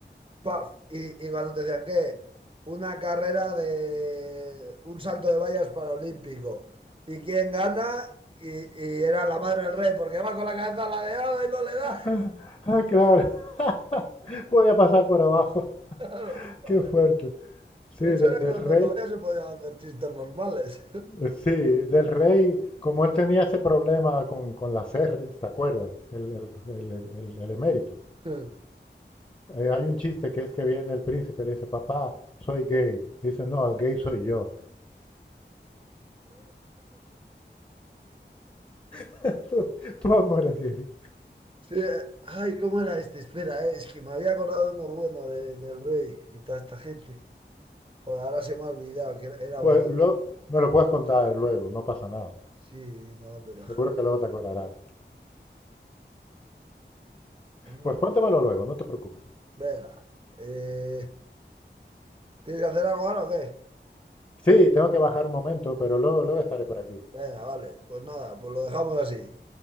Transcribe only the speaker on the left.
Ah,
ah, claro. <laughs> Podía pasar por abajo. <laughs>
Qué fuerte. Sí,
de-
del
rey.
eh, Sí, del rey, como él tenía ese problema con, con las R's, ¿te acuerdas? El, el- el- el- el emérito.
Eh, hay un chiste que es que viene el príncipe y le dice, papá, soy gay. Y dice, no, gay soy yo. <laughs> Tú tú no eres gay.
Pues
lo- me lo puedes contar luego, no pasa nada.
Seguro que luego te acordarás.
Pues cuéntamelo luego, no te preocupes.
Sí, tengo que bajar un momento, pero luego, luego estaré por aquí.